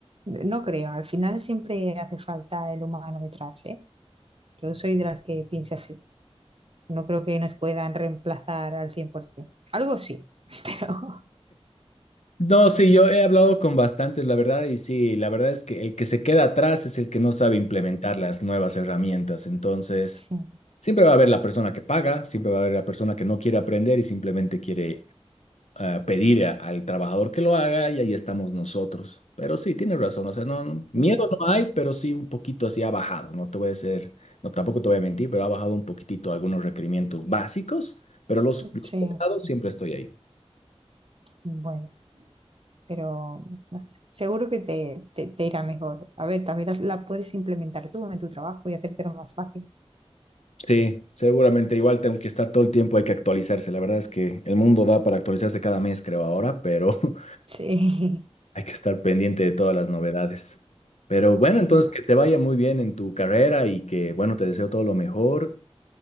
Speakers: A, on the right; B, on the left.
A: no creo, al final siempre hace falta el humano detrás, ¿eh? Yo soy de las que piensa así. No creo que nos puedan reemplazar al 100%. Algo sí, <laughs> pero
B: No, sí, yo he hablado con bastantes, la verdad, y sí, la verdad es que el que se queda atrás es el que no sabe implementar las nuevas herramientas. Entonces,
A: sí,
B: siempre va a haber la persona que paga, siempre va a haber la persona que no quiere aprender y simplemente quiere ah, pedir a- al trabajador que lo haga y ahí estamos nosotros. Pero sí, tienes razón, o sea, no, no- miedo
A: exacto.
B: no hay, pero sí un poquito así ha bajado, no te voy a decir, no, tampoco te voy a mentir, pero ha bajado un poquitito algunos requerimientos básicos, pero los, los
A: Sí,
B: pesados siempre estoy ahí.
A: bueno, pero no sé, seguro que te, te- te irá mejor. A ver, también las- la, puedes implementar tú en tu trabajo y hacértelo más fácil.
B: Sí, seguramente igual tengo que estar todo el tiempo, hay que actualizarse. La verdad es que el mundo da para actualizarse cada mes, creo ahora, pero <laughs>
A: Sí,
B: hay que estar pendiente de todas las novedades. Pero bueno,
A: <laughs>
B: entonces
A: cierto.
B: que te vaya muy bien en tu carrera y que, bueno, te deseo todo lo mejor.